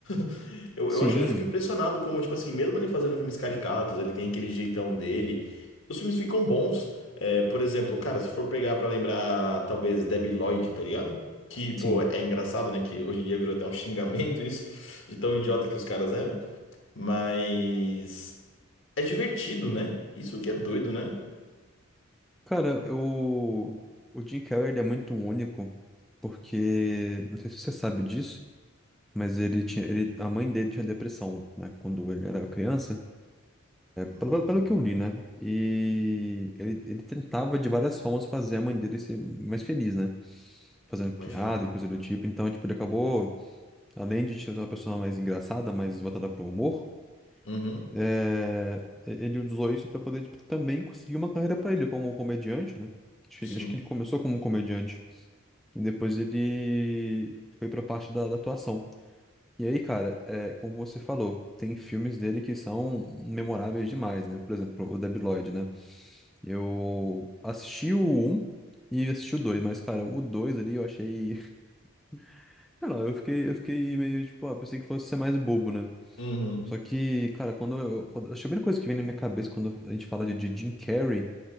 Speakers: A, on the left (about 60°); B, in the centre.
A: <laughs> Eu,
B: Sim,
A: eu acho, eu fico impressionado como, tipo assim, mesmo ele fazendo filmes caricatos, ele tem aquele jeitão dele. Os filmes ficam bons. É, por exemplo, cara, se for pegar pra lembrar, talvez Debi Lloyd, tá ligado? Que, pô,
B: sim.
A: é engraçado, né? Que hoje em dia virou até um xingamento isso, de tão idiota que os caras eram. Mas é divertido, né? Isso que é doido, né?
B: Cara, eu... o Jim Carrey, ele é muito único, porque, não sei se você sabe disso, mas ele tinha, ele... a mãe dele tinha depressão, né, quando ele era criança.
A: Hum,
B: Pelo, pelo que eu li, né? E ele, ele tentava de várias formas fazer a mãe dele ser mais feliz, né? Fazendo piada
A: imagina.
B: e coisa do tipo. Então, tipo, ele acabou, além de ser uma pessoa mais engraçada, mais voltada para o humor,
A: Uhum,
B: é, ele usou isso para poder tipo, também conseguir uma carreira para ele como comediante, né? Acho
A: sim.
B: que, acho que ele começou como comediante e depois ele foi para a parte da, da atuação. E aí, cara, é, como você falou, tem filmes dele que são memoráveis demais, né? Por exemplo, o Debi Lloyd, né? Eu assisti o um e assisti o 2 mas, cara, o 2 ali eu achei. <laughs> Sei lá, eu fiquei, eu fiquei meio tipo, ah, pensei que fosse ser mais bobo, né?
A: Uhum.
B: Só que, cara, quando eu. Quando, acho que a primeira coisa que vem na minha cabeça quando a gente fala de, de Jim Carrey,